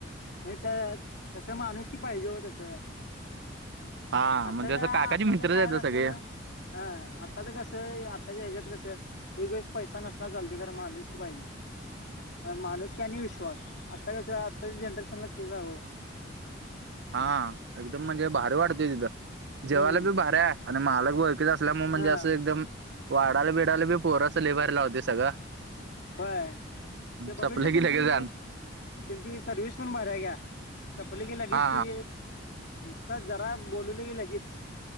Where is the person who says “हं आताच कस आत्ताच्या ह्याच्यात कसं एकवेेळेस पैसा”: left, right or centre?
Left